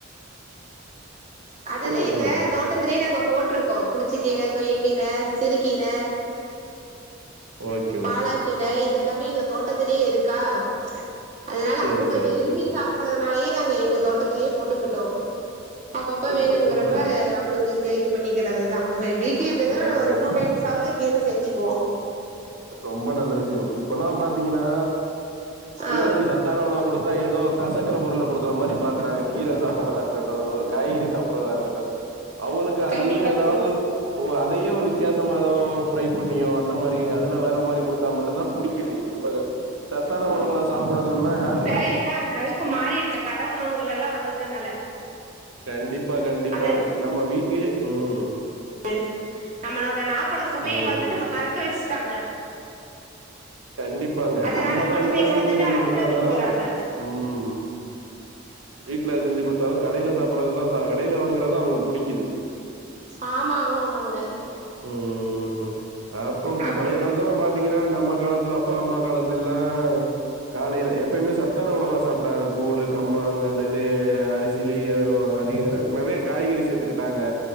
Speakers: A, on the right (about 35°); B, on the right (about 85°).
A: அதெல்லா
B: சொல்லுங்க
A: எங்க
B: சொல்லுங்க
A: தோட்டத்திலே நாங்க போட்ருக்கோ புளிச்ச கீர தொயக்கீர சிறுகீர
B: ஓகே
A: பாலாக்கீர
B: ஓகே
A: இதெல்லாமே எங்க தோட்டத்திலயே இருக்கா அதனால
B: சேரி
A: அவங்க
B: சேரி
A: விரும்பி
B: சேரி
A: சாப் ட்றதனாலயே நாங்க எங்க தோட்டத்திலயே போட்டுக்கிட்டோ அப்பப்ப
B: சூப்பர்
A: வேணுங்கிறப்போ
B: சூப்பர்
A: அவனுங்களுக்கு இது பண்ணிக்கிறதுதா இந்த வீக்லி இப்டிதா
B: நல்ல
A: ஒரு
B: விஷ்
A: டூ டைம்ஸ் ஆவது கீர சேத்திக்குவோ
B: ரொம்ப நல்ல விஷியம் இப்பெல்லா பாத்தீங்கன்னா
A: ஆ
B: பிள்ளைங்களுக்கு சத் தான உணவு குடுத்தா ஏதோ கசக்குற பொருள குடுக்கற மாரி பாக்றாங்க கீர சாப்ட்றதா இருக்கட்டு ஒரு காய்கறி சாப்ட்றதா இருக்கட்டு அவுங்களுக்கு அதுலயு
A: கண்டிப்பா
B: எதாவது
A: கண்டிப்பா
B: ஓ அதையே ஒரு வித்தியாசமா எதோ ஃப்ரை பண்ணியோ அந்த மாரி அதுல வேற மாரி குடுத்தா மட்டுந்தா புடிக் கிது இப்ப அத சத்தான உணவுகள சாப்ட சொன்னா யாருக்
A: மே இல்லாமல் இப்ப மாறிடுச்சே கடை உணவுகள் எல்லா வந்ததுனால
B: கண்டிப்பா கண்டிப்பா
A: அது
B: நம்ம வீட்லயே ம்
A: எஸ் நம்மளோட நாக்கோட சுவைய
B: ம்
A: வந்துட்டு
B: ம்
A: மறக்க வச்சுட்டாங்க
B: கண்டிப்பாங்க.
A: அதனால
B: நம்ம
A: கொழந்தைங்க
B: தான் என்னதான் வீட்ல
A: வந்துட்டு
B: செஞ்சு
A: அததா
B: குடுத்தாலும்
A: விரும்புறாங்க
B: ம். வீட்ல செஞ்சி குடுத்தாலு கடைல சாப்புடறதுதா சா கடைல வாங்குறதா அவுங்களுக்கு புடிக்குது
A: ஆமா ஆமா ஆமாங்க
B: ம் ம் ம் அப்பம்
A: அப்புறோ
B: பழைய காலத்தெல்லா பாத் தீங்கன்னா நம்ம காலத்துல அப்பா அம்மா காலத்துலல்லா காலேல எப்பயுமே சத்தான உணவா சாப்ட்டாங்க கூழ் கம்மாங் அந்த இது அரிசி திலயு அதிகமா நெறய காய்கறி சேத்துக்கிட்டாங்க